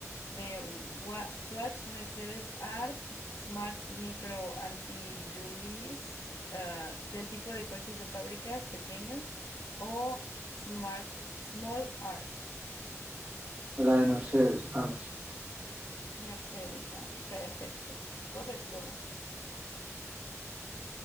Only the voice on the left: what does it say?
De Wa- Swatch, Mercedes Art, Smart Micro Articulis, ah, del tipo de coches de fábrica pequeños o Smart Small Art.
Mercedes Art, perfecto, correcto.